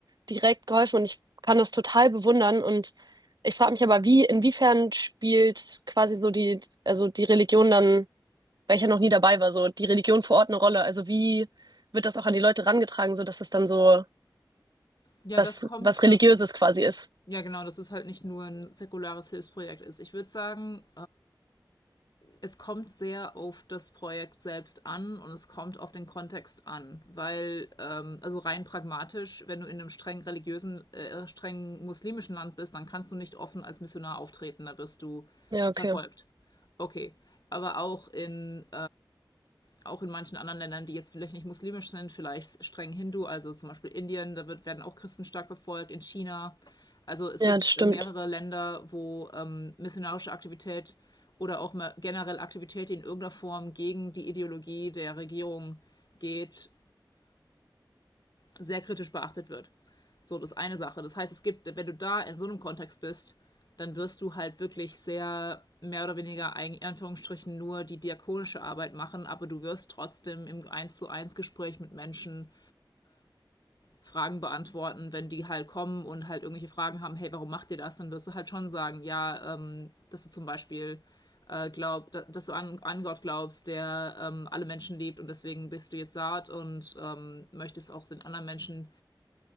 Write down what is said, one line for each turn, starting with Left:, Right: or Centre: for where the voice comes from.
Right: direkt geholfen. Und ich kann das total bewundern. Und ich frage mich aber, wie, inwiefern spielt quasi so die, also die Religion dann, weil ich ja noch nie dabei war, so die Religion vor Ort eine Rolle? Also wie wird das auch an die Leute rangetragen, so dass es dann so
Left: Ja,
Right: was,
Left: das kommt,
Right: was Religiöses
Left: das,
Right: quasi ist?
Left: ja genau, dass es halt nicht nur ein säkulares Hilfsprojekt ist. Ich würde sagen, es kommt sehr auf das Projekt selbst an und es kommt auf den Kontext an, weil ähm, also rein pragmatisch, wenn du in einem streng religiösen, äh, streng muslimischen Land bist, dann kannst du nicht offen als Missionar auftreten, da wirst du
Right: Ja, okay.
Left: verfolgt. Okay, aber auch in auch in manchen anderen Ländern, die jetzt vielleicht nicht muslimisch sind, vielleicht streng Hindu, also zum Beispiel Indien, da wird, werden auch Christen stark verfolgt, in China. Also es
Right: Ja,
Left: gibt
Right: das stimmt.
Left: mehrere Länder, wo ähm, missionarische Aktivität oder auch mal generell Aktivität, die in irgendeiner Form gegen die Ideologie der Regierung geht, sehr kritisch beachtet wird. So, das ist eine Sache. Das heißt, es gibt, wenn du da in so einem Kontext bist, dann wirst du halt wirklich sehr mehr oder weniger in Anführungsstrichen nur die diakonische Arbeit machen, aber du wirst trotzdem im eins zu eins Gespräch mit Menschen Fragen beantworten, wenn die halt kommen und halt irgendwelche Fragen haben, hey, warum macht ihr das? Dann wirst du halt schon sagen, ja, ähm, dass du zum Beispiel äh, glaub, dass du an, an Gott glaubst, der ähm, alle Menschen liebt und deswegen bist du jetzt saat und ähm, möchtest auch den anderen Menschen